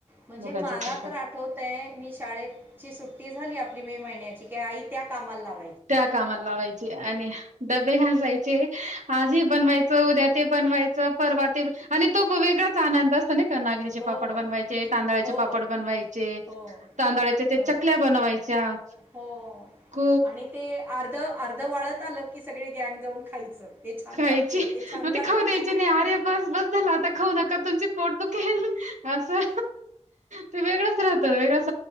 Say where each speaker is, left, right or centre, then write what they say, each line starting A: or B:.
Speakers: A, on the right (about 15°); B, on the right (about 80°).
A: म्हणजे
B: मुगाचे
A: मला
B: पापड
A: तर आठवतय मी शाळेतची सुट्टी झाली आपली मे महिन्याची कि आई त्या कामाला लाव
B: त्या कामा लावायचे आणि डबे घासायचे आज ही बनवायच उद्या ते बनवायचं परवा आणि तो वेगळाच आनंद असतो का नागलीचे
A: हो
B: पापड बनवायचे तांदळाचे
A: हो
B: पापड बनवायचे
A: हो
B: तांदळाच्या
A: हं,
B: चकल्या बनवायच्या
A: हो
B: ख
A: आणि ते अर्ध अर्ध वळत आलं की सगळी गँग जाऊन खायचं. हे छान
B: खायची
A: लागतंय हे छान
B: मग
A: लागतंय
B: ते खाऊ द्यायची नाही, आरे बस बस झाला आता खाऊ नका तुमचे पोट दुखल असं ते वेगळंच राहतात वेगळंच